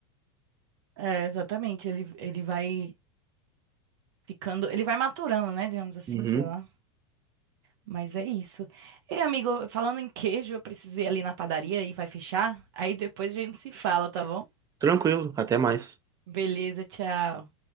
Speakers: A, on the right (about 55°); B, on the right (about 20°).
A: É, exatamente. Ele, ele vai. ficando. Ele vai maturando, né? Digamos assim,
B: Uhum.
A: sei lá. Mas é isso. Ei, amigo, falando em queijo, eu preciso ir ali na padaria e vai fechar. Aí depois a gente se fala, tá bom?
B: Tranquilo, até mais.
A: Beleza, tchau.